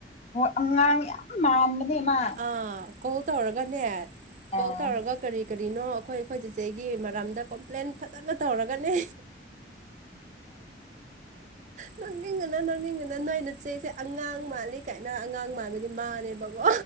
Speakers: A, on the left; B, on the right.
A: ꯑꯣ ꯑꯉꯥꯡ ꯌꯥꯝ ꯃꯥꯥꯟꯕꯅꯦ ꯃꯥ
B: ꯑꯥ ꯀꯣꯜ ꯇꯧꯔꯒꯅꯦ ꯀꯣꯜ
A: ꯑꯥ
B: ꯇꯧꯔꯒ ꯀꯔꯤ ꯀꯔꯤꯅꯣ ꯑꯩꯈꯣꯏ ꯑꯩꯈꯣꯏ ꯆꯤꯆꯦꯒꯤ ꯃꯔꯝꯗ ꯀꯣꯝꯄ꯭ꯂꯦꯟ ꯐꯖꯅ ꯇꯧꯔꯒꯅꯦ ꯅꯣꯛꯅꯤꯡꯕꯅ ꯅꯣꯛꯅꯤꯡꯕꯅ ꯅꯣꯏ ꯅꯆꯦꯁꯦ ꯑꯉꯥꯡ ꯃꯥꯜꯂꯤ ꯀꯥꯏꯅ ꯑꯉꯥꯡ ꯃꯥꯥꯟꯕꯗꯤ ꯃꯥꯅꯦꯕꯀꯣ